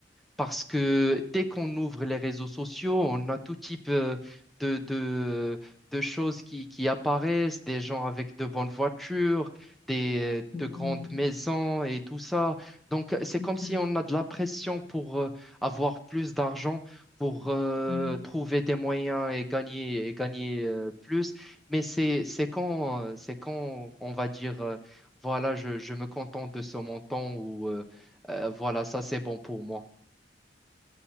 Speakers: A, in the centre; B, on the left.
A: parce que dès qu'on ouvre les réseaux sociaux, on a tout type euh, de, de, de choses qui, qui apparaissent, des gens avec de bonnes voitures, des,
B: Oui,
A: de grandes maisons et tout ça. Donc, c'est
B: exact,
A: comme si on a de la pression pour euh, avoir plus d'argent, pour euh,
B: oui.
A: trouver des moyens et gagner, et gagner euh, plus. Mais c'est, c'est quand, euh, c'est quand on va dire, euh, voilà, je, je me contente de ce montant ou euh, euh, voilà, ça c'est bon pour moi.